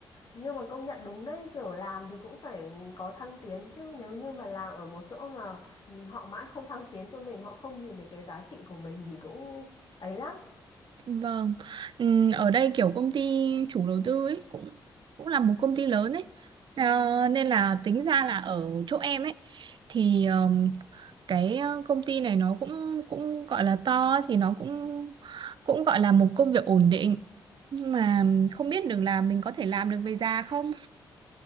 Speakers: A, on the left; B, on the right.
A: nhưng mà công nhận đúng đấy kiểu làm thì cũng phải có thăng tiến chứ nếu như mà làm ở một chỗ mà ừ, họ mãi không thăng tiến cho mình họ không nhìn thấy cái giá trị của mình thì cũng ấy lắm
B: Vâng, Ừm, ở đây kiểu công ty chủ đầu tư ấy cũng cũng là một công ty lớn ấy, à, nên là tính ra là ở chỗ em ấy thì ờm, cái ờ, công ty này nó cũng cũng gọi là to ấy, thì nó cũng cũng gọi là một công việc ổn định nhưng mà không biết được là mình có thể làm được về già không